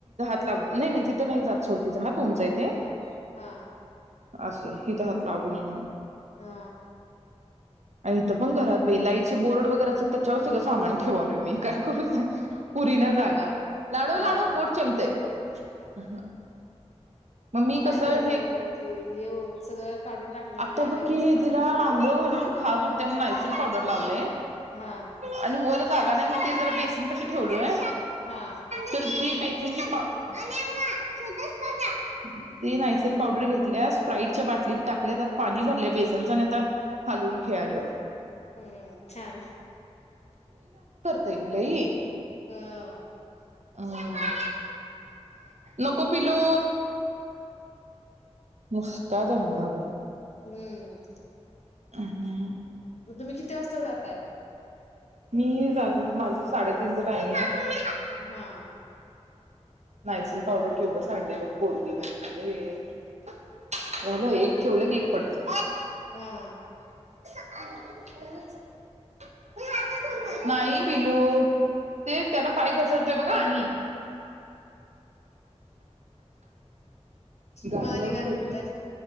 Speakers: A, on the right; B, on the left.
A: लागून नाही नही तिथं नाही जात सोड तिचा हात उंच आहे ते
B: अह हा
A: असं हि चा हात लागू नये म्हणून.
B: हा
A: आण ईथं पण घरात बई लाईट चे बोर्ड वगैरे असत्यात त्याच्यावर सगळं सामान ठेवालोय मी. काय करू सांग पुरीना जागा. लाडू
B: हा
A: लाडू बोट चेंबतय. <inaudible> मग मी
B: काय
A: कस हे.
B: करणार मग ते हे सगळं काढून टाकले
A: आता
B: म्हणजे आणि
A: बघ की
B: पसारा
A: तिला अंघोळ घालून खाज उठत्या म्हणून नाइसिल पावडर लावले
B: हा
A: आणि वर जागा नही मी ते जरा बेसिंग पशी ठेवलोय
B: हा
A: तर ती बेसिंग ची पा <unintelligible> ती नायसील पावडर घेतल्या. स्प्राईटच्या बाटलीत टाकल्या त्यात पाणी भरल्या बेसिंगच आणि आता हालून खेळाल्या बग
B: हम्म छान
A: ते लई
B: ह
A: ह नको पिलू. नुसता दंगा बग.
B: हम्म
A: अ ह
B: तुम्ही किती वाजता जाताय?
A: मी जात होते <unintelligible> माझं साडे तिज टायमींग
B: हा <inaudible>
A: नायसिल पावडर केव्हढं साडलीया बघ पोरगी तरी काय <inaudible> झालं एक ठेवलं की पडतय
B: हा
A: <unintelligible> <unintelligible> नाही पिल्लू ते तेनं पाय घसरतय बघ आणि गाडी
B: मग आणि
A: लावून
B: काय
A: ठेवतोय
B: म्हणताय?